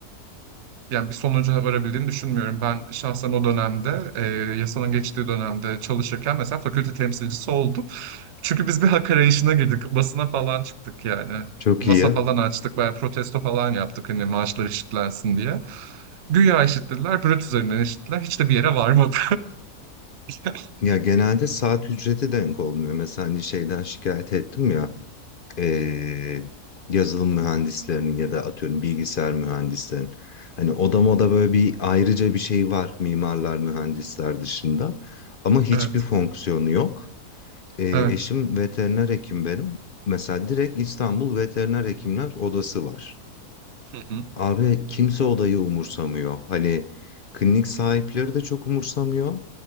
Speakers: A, on the right (about 55°); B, on the left (about 60°).
A: yani bir sonuca varabildiğini düşünmüyorum. Ben şahsen o dönemde, e, yasanın geçtiği dönemde çalışırken mesela fakülte temsilcisi oldum. Çünkü biz bir hak arayışına girdik. Basına falan çıktık yani.
B: çok
A: Masa
B: iyi.
A: falan açtık, bayağı protesto falan yaptık hani maaşlar eşitlensin diye. Güya eşitlediler, brüt üzerinden eşitlediler. Hiç de bir yere varmadı. <laughs>
B: Ya genelde saat ücreti denk olmuyor. Mesela hani şeyden şikayet ettim ya. eee, yazılım mühendislerinin ya da atıyorum bilgisayar mühendislerinin. Hani oda moda böyle bir ayrıca bir şey var mimarlar mühendisler dışında ama hiçbir
A: Evet,
B: fonksiyonu yok. Eee,
A: evet.
B: eşim veteriner hekim benim. Mesela direkt İstanbul Veteriner Hekimler Odası var.
A: Hı hı.
B: Abi kimse odayı umursamıyor. Hani klinik sahipleri de çok umursamıyor.